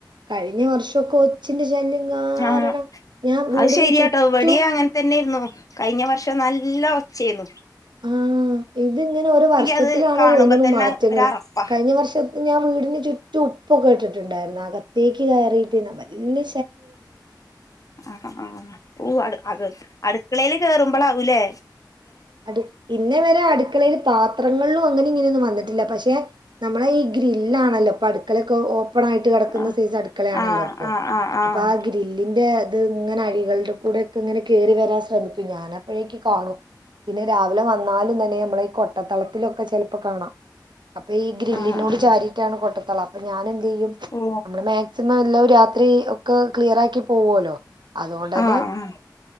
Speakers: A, on the right; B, on the left.
A: കഴിഞ്ഞ വർഷമൊക്കെ ഒച്ചിന്റെ ശല്യം കാരണം
B: ആ
A: ഞാൻ വീടിന്
B: അത് ശരിയാട്ടോ
A: ചുറ്റും
B: ഇവിടിയ അങ്ങനെ തന്നെയിരുന്നു കഴിഞ്ഞ വർഷം നല്ല ഒ ചെയ്യുന്നു
A: ആ ഇതിങ്ങനെ ഒരുോ വർഷത്തിലാണ
B: അത് കാണുമ്പോ
A: തോന്നണ
B: തന്നെ
A: മാറ്റങ്ങൾ
B: ഒരറപ്പാ
A: കഴിഞ്ഞ വർഷത്തി ഞാൻ വീടിന് ചുറ്റും ഉപ്പൊക്കെ ഇട്ടിട്ടുണ്ടായിരുന്നു അകത്തേക്ക് കയറിയിട്ട്ാ വല്ല
B: ആ ഓ അ അടുക്കളെല് കേറുമ്പളാവൂല്ലേ
A: അത് ഇന്ന വരെ അടുക്കളയില് പാത്രങ്ങളിലും വന്നിട്ട് ഇനൊന്ന വന്നട്ടില്ല പക്ഷെ ക്ഷെ നമ്മളെ ഈ ഗ്രില്ലാണല്ലോ പടു ഓപ്പൺ ആായിട്ട് കിടക്കുന്ന
B: ആഹ്
A: സ അടുക്കളയാണല്ലോ
B: ആഹ്
A: അപ്പോൊ
B: ആഹ് ആഹ്
A: അപ്പോൊ ആ ഗ്രില്ലിന്റെ അത് ഇങ്ങനെ അഴികള കൂടെ ഒക്കെ ഇങ്ങനെ കേറി വരാൻ ശ്രമിക്കു ഞാനപ്പോഴേക്ക് കാണും പിന്നെ രാവിലെ വന്നാലും തന്നെ നമ്മളെ ഈ കൊട്ടത്തളത്തിലൊക്കെ ചെിലപ്പോ കാണാം അപ്പൊ ഈ ഗ്രില്ലിനോട്
B: ആഹ് ആഹ് ആഹ്
A: ചാരിട്ടാണ് കൊട്ടത്തളം അപ്പൊ ഞാൻ എന്ത് ചെയ്യും
B: ഓ
A: നമ്മള് മാക്സിമം എല്ലാം രാത് ഒത്തിരി ഒക്കെ ക്ലിയർ ആക്കി പോവുല്ലോ അതുകൊണ്ട് തന്നെ
B: ആഹ് ആഹ്